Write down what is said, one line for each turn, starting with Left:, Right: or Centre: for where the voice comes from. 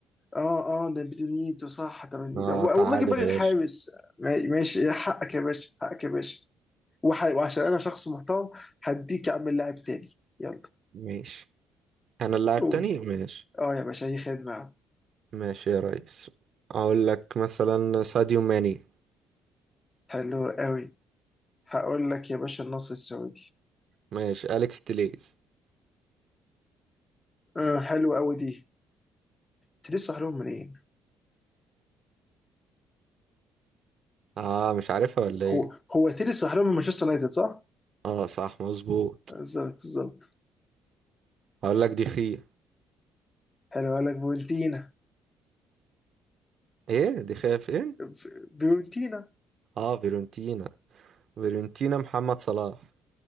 Left: اه اه ده بيتو نيتو صح ده من-
Right: آه
Left: ده- و-
Right: تعادل
Left: والله جيب بالي
Right: يا
Left: الحارس
Right: باشا
Left: ما- ماشي يا حقك يا باشا حقك يا باشا وح- وعشان انا شخص محترم هديك يا عم اللاعب تاني يلا
Right: ماشي انا اللاعب
Left: قول
Right: تاني ماشي
Left: اه يا باشا اي خدمة يا عم.
Right: ماشي يا ريس اقول لك مثلا ساديو ماني
Left: حلو قوي هقول لك يا باشا النصر السعودي
Right: ماشي اليكس تيليز
Left: آه حلو قوي دي تيري صح لهم منين؟
Right: اه مش عارفها ولا ايه
Left: هو هو تيري صح لهم من مانشستر يونايتد صح؟
Right: اه صح مظبوط
Left: بالظبط بالظبط
Right: هقول لك دي خيا
Left: حلو قال لك فيورنتينا
Right: ايه دي خيا فين
Left: ف- فيورنتينا
Right: اه فيرونتينا فيرونتينا محمد صلاح